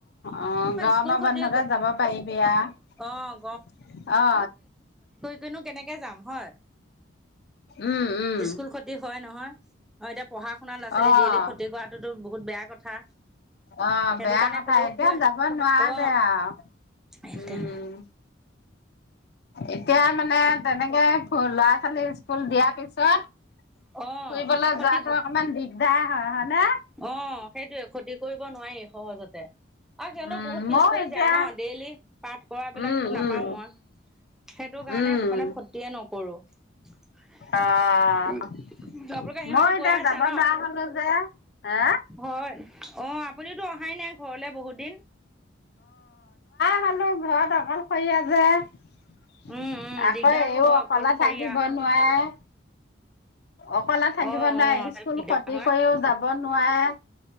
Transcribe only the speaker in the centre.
স্কুল খতি
অ'
কোনো কেনেকে যাম? হয়?
স্কুল ক্ষতি হয় নহয় হয় দেয় পঢ়া শুনা লৰা ছোৱালী
দেইলি খতি কৰাতো বহুত বেয়া কথা
সেইটো
কাৰণে
ক'লেও
কৈ
অ'
এতিয়া
অ'
খতি
অ' সেইটোোৱে খতি কৰিব নোৱাৰি সহজতে। আৰু সিহঁতো
বহুত পিছ
পৰি
যায় ন, ডেইলি পাঠ কৰা বিলাকো
নাপাম মই সেইটো কাৰণে
মানে ক্ষতিয়ে নকৰো
আপোকে
সিহঁতো
গৈ আছা
ন?
হয় অ' অ'আপুনিতো অহাই নাই ঘৰলে বহুত দিন।
উম উম
দিগদাৰো
হয়
অকলশৰীয়া
অ
অ তাত
দিগদাৰ
হয়